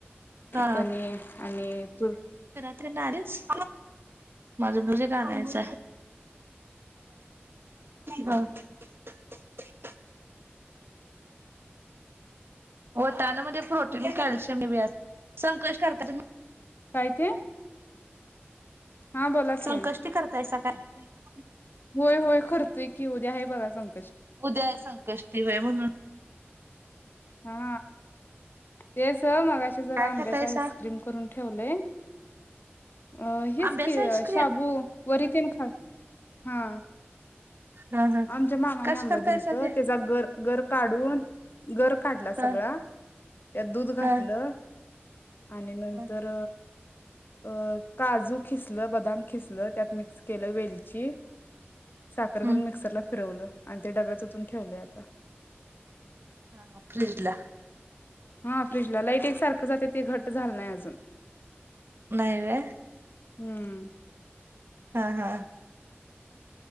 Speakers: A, on the right; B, on the left.
A: हा
B: कनी आणि तूर
A: नाहीच माझं ब्युझ एक आणयच हा <unintelligible> वाटाना मध्ये प्रोटीन कॅल्शियम बी अस संकष करता तुम्ही
B: काय ते? हा बोला
A: संकष्टी
B: की
A: करतायसा काय? <inaudible>
B: होय, होय करतोय की उद्या आहे बघा संक
A: उद्याय संकष्टि होय म्हणून
B: हा तेच मगाशी जरा
A: काय
B: आंब्याचा
A: खातायसा
B: आईस्क्रीम करून ठेवलंय अ हेच
A: आंब्याच
B: की
A: आईस्क्रीम
B: शाबू वरी तिन हा हा
A: हा हा
B: आमच्या मामाने
A: कसं
B: आंबा
A: करतायसा
B: दिलतं
A: ते
B: त्याचा गर गर काढून गर काढला सगळा
A: हा
B: त्यात दूध घाटलं
A: हा
B: आणि नंतर
A: हा
B: अ काजू खिसल बदाम खिसल त्यात मिक्स केलं वेलची साखर
A: हम्म
B: घालून मिक्सर फिरवलं आणि ते डब्यात ओतून ठेवलय आता
A: हा फ्रिजला
B: हा फ्रीजला लाईट एक सारखं जाते ते घट झालं नाही अजून
A: नाही रे.
B: हम्म
A: हा हा